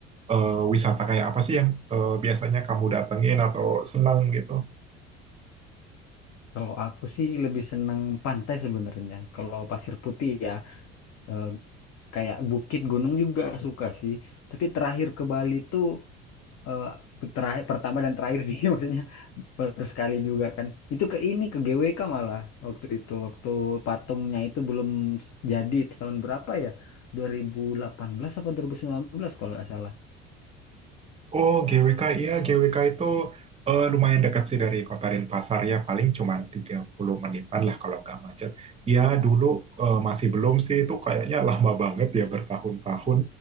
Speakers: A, on the right; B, on the left.
A: eh, wisata kayak apa sih yang eh, biasanya kamu datengin atau senang gitu?
B: Kalau aku sih lebih seneng pantai sebenarnya. Kalau pasir putih ya, eh, kayak bukit gunung juga suka sih. Tapi terakhir ke Bali tuh eh, terakhir pertama dan terakhir sih <laughs> maksudnya baru sekali juga kan itu ke ini ke GWK malah waktu itu waktu patungnya itu belum jadi tahun berapa ya 2018 apa 2019 kalau nggak salah
A: Oh, GWK, iya GWK itu eh, lumayan dekat sih dari kota Denpasar ya, paling cuma 30 menitan lah kalau nggak macet. Ya dulu eh, masih belum sih, itu kayaknya <laughs> lama banget ya bertahun-tahun